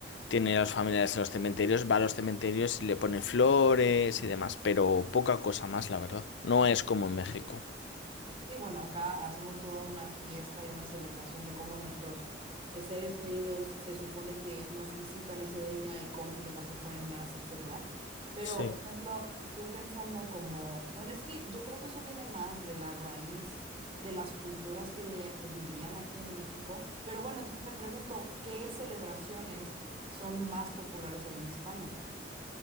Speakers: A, on the left (about 80°); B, on the right (about 30°).
A: tiene a los familiares en los cementerios va a los cementerios y le pone flores y demás, pero poca cosa más, la verdad. No es como en México.
B: Y bueno, acá hacemos toda una fiesta y una celebración de cómo nuestros eh, seres queridos se supone que nos visitan ese día y comen de las ofrendas, etcétera. Pero,
A: Sí.
B: por ejemplo, estoy pensando como, bueno, es que yo creo que eso viene más de la raíz de las culturas que ve- vivían aquí en México. Pero bueno, entonces me pregunto, ¿qué celebraciones son más populares ahí en España?